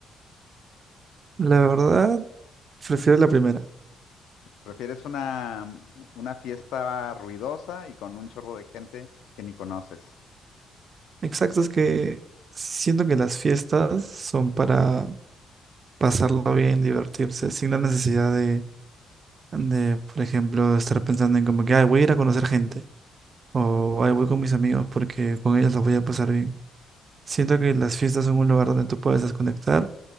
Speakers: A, on the right; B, on the left.
A: La verdad, prefiero la primera.
B: Prefieres una, una fiesta ruidosa y con un chorro de gente que ni conoces.
A: Exacto, es que siento que las fiestas son para pasarlo bien, divertirse, sin la necesidad de, de, por ejemplo, estar pensando en como que, ay, voy a ir a conocer gente, o ay, voy con mis amigos porque con ellos los voy a pasar bien. Siento que las fiestas son un lugar donde tú puedes desconectar